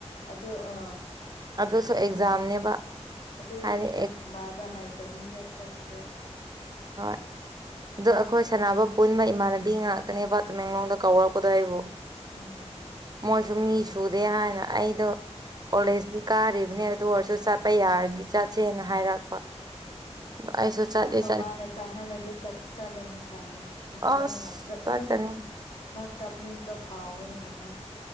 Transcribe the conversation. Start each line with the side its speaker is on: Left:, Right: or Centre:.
Left: ꯑꯗꯣ ꯑ
Right: ꯑꯗꯨꯁꯨ ꯑꯦꯛꯖꯥꯝꯅꯦꯕ
Left: ꯑꯗꯨ
Right: ꯍꯥꯏꯗꯤ
Left: ꯏꯅꯦꯅ ꯃꯥꯗ ꯍꯥꯏꯗꯕꯤꯗ ꯆꯠꯄꯗꯨ
Right: ꯍꯣꯏ ꯑꯗꯣ ꯑꯩꯈꯣꯏ ꯁꯥꯟꯅꯕ ꯄꯨꯟꯕ ꯏꯃꯥꯟꯅꯕꯤ ꯉꯥꯛꯇꯅꯦꯕ ꯇꯃꯦꯡꯂꯣꯡꯗ ꯀꯧꯔꯛꯄꯗꯣ ꯑꯩꯕꯨ
Left: ꯎꯝ
Right: ꯃꯣꯏꯁꯨ ꯃꯤ ꯁꯨꯗꯦ ꯍꯥꯏꯅ ꯑꯩꯗꯣ ꯀꯣꯂꯦꯖꯇꯤ ꯀꯥꯔꯤꯕꯅꯦ ꯑꯗꯨ ꯑꯣꯏꯔꯁꯨ ꯆꯠꯄ ꯌꯥꯔꯗꯤ ꯆꯠꯁꯦꯅ ꯍꯥꯏꯔꯛꯄ ꯑꯩꯁꯣ ꯆꯗꯦ
Left: ꯃꯥꯅ ꯆꯥꯍꯜꯂꯗꯤ ꯆꯠꯂꯅꯤ ꯈꯪꯅꯤ ꯑꯗꯨꯗꯅ
Right: ꯑꯁ
Left: ꯌꯥꯝ ꯆꯠꯅꯤꯡꯉ
Right: ꯆꯠꯀꯅꯤ
Left: ꯅꯪ ꯀꯥꯞꯅꯤꯡꯕ ꯐꯥꯎꯋꯦꯅ ꯅꯪ